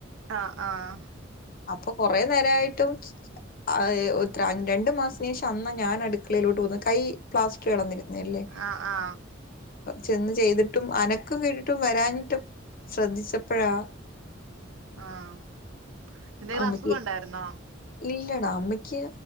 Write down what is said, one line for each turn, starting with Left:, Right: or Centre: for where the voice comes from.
Right: ആഹ് ആഹ്
Left: അപ്പൊ കൊറെേ നേരായിട്ടും ആഹ് എത്ര രണ്ടു മാസ്ന് ശേഷം അന്നാ ഞാൻ അടുക്കളയിലോട്ട് പോന്ന കൈ പ്ലാസ്റ്റർ കേടന്നി ന്നില്ലേ
Right: ആ. ആ.
Left: ചെന്ന് ചെയ്തിട്ടും അനക്കം കേട്ടിട്ടും വരാഞ്ഞിട്ട് ശ്രദ്ധിച്ചപ്പഴാ
Right: ആഹ് എന്തെങ്കിലും
Left: അമ്മയ്ക്ക്
Right: അസുഖം ഉണ്ടായിരുന്നോ
Left: ഇല്ലടാ അമ്മയ്ക്ക്